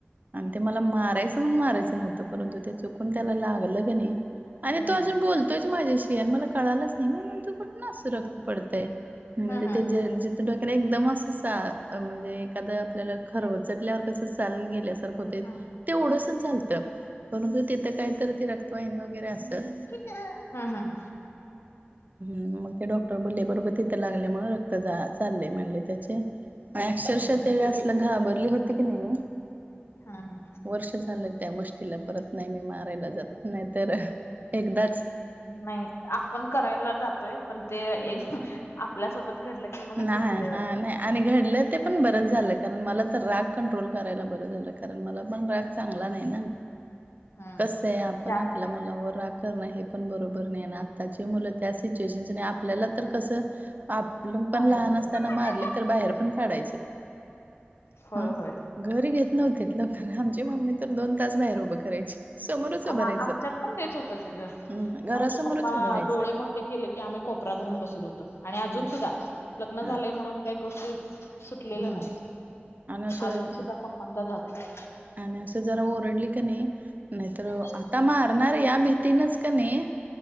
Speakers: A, on the right; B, on the left.
A: आणि ते मला मारायचं म्हणुन मारायचं नव्हतं, परंतु ते चुकून त्याला लागलं क नाही आणि
B: हम्म
A: तो अजून बोलतोयच माझ्याशी, आणि मला कळालंच नाही मी म्हणतोय कुठनं असं रक्त पडतंय. म्हणजे
B: हम्म हम्म
A: ते ज त डोक्याला एकदम असं सा, म्हणजे एखादं आपल्याला खरवचटल्यावर कसं साल गेल्यासारखं हो ते
B: हम्म
A: तेवढंसच झालतं, परंतु तिथं कायतर ती रक्तवाहिनी वगैरे असल.
B: हम्म हम्म
A: हम्म, मग ते डॉक्टर बोलले बरोबर तिथे लागल्यामुळं रक्त जा चालले म्हणले त्याचे. नाय अक्षरशः
B: हम्म हम्म
A: त्यावेळी असलं घाबरली होती की नाहीे मी.
B: हा हा.
A: वर्ष झालं त्या गोष्टीला, परत नाही मी मारायला जात नाहीतर एकदाच
B: नाही, आपण करायला जातोय पण ते,
A: हम्म
B: आपल्यासोबत घडलं की मग
A: नाही
B: भीती लय वाटते.
A: हा नाही आणि घडलं ते पण बरंच झालं, कारण मला आता राग कंट्रोल करायला बरं झालं, कारण मला पण राग चांगला नाही ना.
B: <inaudible>
A: कसंय आपण
B: जास्त
A: आपल्या मुलावर रा करण हे पण बरोबर नाही ना, आताचे मुलं त्या सिच्युएशन आपल्याला तर कसं, आपलं
B: थांब
A: पण लहान
B: दोन मिनिट
A: असताना मारले तर बाहेर पण काढायचे.
B: होय
A: हा
B: होय.
A: घरी घेत नव्हतेत लवकर, आमची मम्मी तर दोन तास बाहेर उभं करायची. समोरच उभं
B: आमा
A: राहायचं
B: आमच्यात पण तेच होतं की ग,
A: हम्म घरासमोरच
B: आमचे पप्पा
A: उभं राहायचं
B: डोळे मो ते केले की आम्ही कोपरा धरून बसत होतो, आणि अजून
A: नाही
B: सुद्धा लग्न
A: हा
B: झालेय म्हणून काही गोष्टी सुटलेल्या
A: हम्म
B: नाहीत,
A: आणि असं
B: अजून सुद्धा पप्पांचा धाक हाय.
A: आणि असं जरा ओरडले का नाही नाहीतर अ,
B: हा
A: आता मारणार या भीतीनच का नाही